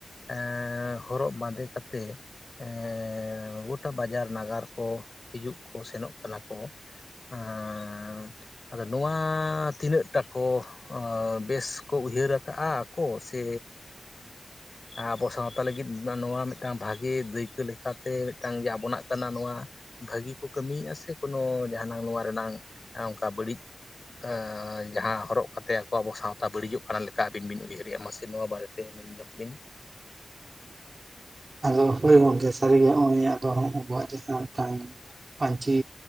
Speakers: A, on the left (about 45°); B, on the right (about 45°).
A: ᱮᱸ ᱦᱚᱨᱚᱜ ᱵᱟᱸᱫᱮ ᱠᱟᱛᱮᱜ ᱮᱸᱻ ᱜᱚᱴᱟ ᱵᱟᱡᱟᱨ ᱱᱟᱜᱟᱨ ᱠᱚ ᱦᱤᱡᱩᱜ ᱠᱚ ᱥᱮᱱᱚᱜ ᱠᱟᱱᱟ ᱠᱚ ᱮᱸᱻ ᱟᱫᱚ ᱱᱚᱣᱟ ᱛᱤᱱᱟᱹᱜ ᱴᱟᱠᱚ ᱟ ᱵᱮᱥ ᱠᱚ ᱩᱭᱦᱟᱹᱨᱟ ᱠᱟᱜᱼᱟ ᱠᱚ ᱥᱮ ᱟᱵᱚ ᱥᱟᱶᱛᱟ ᱞᱟᱹᱜᱤᱫ ᱱᱚᱣᱟ ᱢᱤᱫᱴᱟᱱ ᱵᱷᱟᱜᱮ ᱫᱟᱹᱭᱠᱟᱹ ᱞᱮᱠᱟᱛᱮ ᱢᱤᱫᱴᱟᱝ ᱜᱮ ᱟᱵᱚᱱᱟᱜ ᱠᱟᱱᱟ ᱱᱚᱣᱟ ᱵᱷᱟᱹᱜᱤ ᱠᱚ ᱠᱟᱹᱢᱤᱭᱮᱫᱼᱟ ᱥᱮ ᱠᱳᱱᱳ ᱡᱟᱦᱟᱸ ᱱᱟᱝ ᱱᱚᱣᱟ ᱨᱮᱱᱟᱝ ᱚᱱᱠᱟ ᱵᱟᱹᱲᱤᱡ ᱟᱸ ᱡᱟᱦᱟᱸ ᱦᱚᱨᱚᱜ ᱠᱟᱛᱮ ᱟᱠᱚ ᱟᱵᱚ ᱥᱟᱶᱛᱟ ᱵᱟᱹᱲᱤᱡᱚᱜ ᱠᱟᱱᱟ ᱞᱮᱠᱟ ᱟᱹᱵᱤᱱ ᱵᱤᱱ ᱩᱭᱦᱟᱹᱨᱮᱜᱼᱟ ᱢᱟᱥᱮ ᱱᱚᱣᱟ ᱵᱟᱨᱮᱛᱮ ᱢᱮᱱ ᱧᱚᱜ ᱵᱤᱱ᱾
B: ᱟᱫᱚ ᱦᱳᱭ ᱜᱚᱢᱠᱮ ᱥᱟᱹᱨᱤᱜᱮ, ᱱᱚᱜᱼᱚᱭ ᱟᱫᱚ ᱟᱵᱚᱣᱟᱜ ᱪᱮᱛᱟᱱ ᱨᱮ ᱛᱟᱦᱮᱱ ᱯᱟᱹᱧᱪᱤ